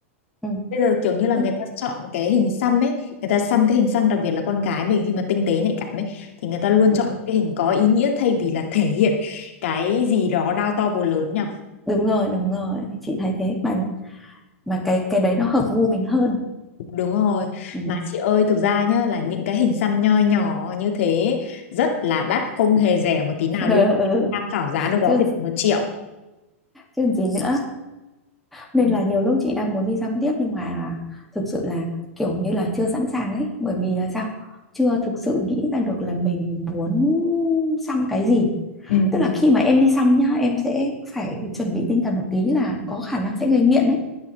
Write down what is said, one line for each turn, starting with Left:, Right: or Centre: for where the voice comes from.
Centre: ừ,
Left: Bây giờ kiểu như là
Centre: tức,
Left: người ta chọn cái hình xăm ấy, người ta xăm cái hình xăm đặc biệt là con gái mình khi mà tinh tế nhạy cảm ấy thì người ta luôn
Centre: ừ,
Left: chọn cái hình có ý nghĩa thay vì là thể hiện cái gì đó đao to búa lớn nhỉ?
Centre: đúng rồi đúng rồi chị thấy thế mà mà cái cái đấy nó hợp gu mình hơn
Left: Đúng rồi,
Centre: ừ.
Left: mà chị ơi thực ra nhá là những cái hình xăm nho nhỏ như thế rất là đắt không hề rẻ một tí nào
Centre: <laughs>
Left: luôn
Centre: Ừ.
Left: tham khảo giá đâu đó
Centre: chứ
Left: phải tầm một triệu
Centre: chứ gì nữa nên
Left: ừ.
Centre: là nhiều lúc chị đang muốn đi dăm tiếp nhưng mà thực sự là kiểu như là chưa sẵn sàng ấy bởi vì là sao chưa thực sự nghĩ ra được là mình muốn xăm cái gì
Left: ừ
Centre: tức
Left: ừ
Centre: là khi mà em đi xăm nhá em sẽ phải chuẩn bị tinh thần một tí là có khả năng sẽ gây nghiện ấy